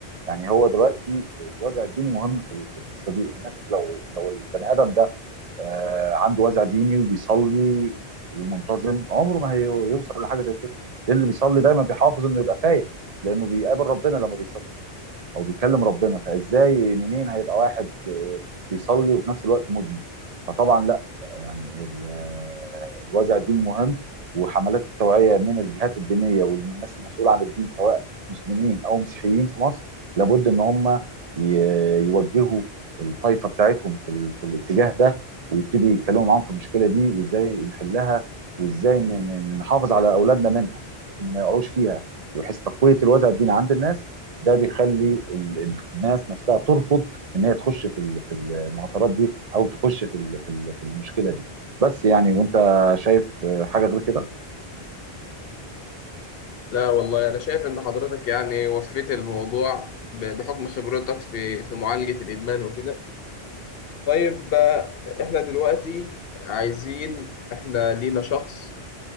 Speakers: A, on the right; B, on the left.
A: يعني هو دلوقتي الوازع الديني مهم في ال- في القصه دي الناس لو لو البني ادم ده آه، عنده وازع ديني وبيصلي ومنتظم عمره ما هيوصل لحاجه زي كده لان اللي بيصلي دايما بيحافظ انه يبقى فايق لانه بيقابل ربنا لما بيصلي او بيكلم ربنا فازاي منين هيبقى واحد آه، بيصلي وفي نفس الوقت مدمن فطبعا لا يعني ال- آه، الوازع الديني مهم وحملات التوعيه من الجهات الدينيه والناس المسؤوله عن الدين سواء مسلمين او مسيحيين في مصر لابد ان هم ي- يوجهوا الطائفه بتاعتهم في, ال- في الاتجاه ده ويبتدي يتكلموا معاهم في المشكله دي وازاي نحلها وازاي ن- ن- نحافظ على اولادنا منها يعني بحيث ان ما يقعوش فيها بحيث تقويه الوازع الديني عند الناس ده بيخلي ال- الناس نفسها ترفض ان هي تخش في ال- في المعطرات دي او تخش في ال- في ال- في المشكله دي بس يعني وانت شايف حاجه غير كده
B: لا والله أنا شايف إن حضرتك يعني وفيت الموضوع ب- بحكم خبرتك في في معالجة الإدمان وكده طيب آه، إحنا دلوقتي عايزين إحنا لينا شخص